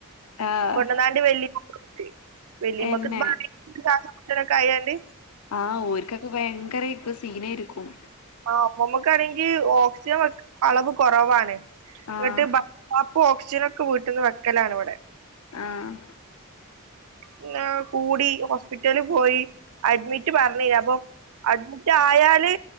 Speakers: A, on the left (about 85°); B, on the right (about 85°).
A: ആഹ്
B: കൊണ്ടന്നാണ്ട് വല്യമ്മകുട്ച്ച് വല്യമ്മക്
A: എന്നെ
B: ഭയങ്ക ക് സാസമുട്ടലായണ്ട്
A: ആഹ് ഓർക്കൊക്കെ ഭയങ്കര ഇപ്പ സീനായിരിക്കും.
B: ആ മ്മമ്മക്കാണെങ്കിൽ ഓക്സിജൻ വെ അളവ് കുറവാണ്
A: ആഹ്
B: എന്നിട്ട് ഭ അപ്പൊ ഓക്സിജന ഒക്കെ വീട്ടുന്ന് വെക്കലാണ് ഇവിടെ.
A: ആഹ്
B: പിന്നെ കൂടി ഹോസ്പിറ്റലി പോയി. അഡ്മിറ്റ് പറഞ്ഞേനി അപ് അ അഡ്മിറ്റ് ആയാല്